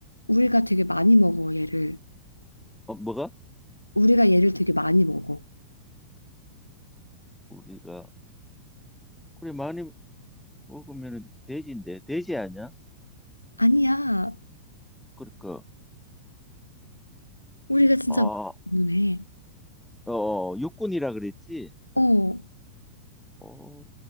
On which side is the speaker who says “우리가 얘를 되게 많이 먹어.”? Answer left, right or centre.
Left